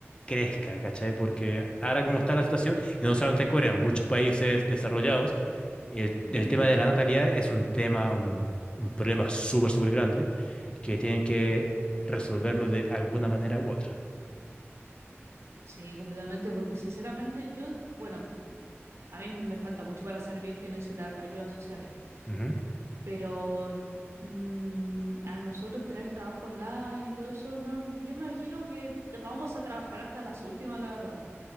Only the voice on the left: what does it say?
crezca, ¿cachai? Porque ahora como está la situación, y no solamente en Corea, en muchos países desarrollados, el,
el tema de la natalidad es un tema, un, un problema súper, súper grande que tienen que resolverlo de alguna manera u otra.
Ujú.